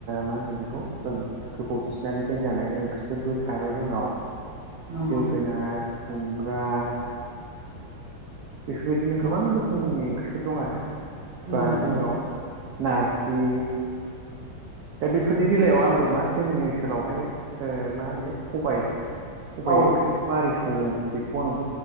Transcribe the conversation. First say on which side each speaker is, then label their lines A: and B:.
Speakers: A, on the right; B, on the right.
A: मा होनगोन बेखौ गोबाव थिनानै दोनजानाय ओंख्रिफोरबो थाबाय जोंनाव
B: नंगौ
A: जोगोनार खुमब्रा बेफोरबायदिनो गोबां
B: औ
A: रोखोमनि ओंख्रिफोर दं आरो
B: नंगौ
A: बा
B: नंगौ
A: जोंनाव नारजि दा बेफोरनि बेलायाव आंबो मा जोंनि ओनसोलावहाय मा होनो सबाय सबाइ
B: औ
A: ओंख्रिखौ माबोरै सङो बेखौ आं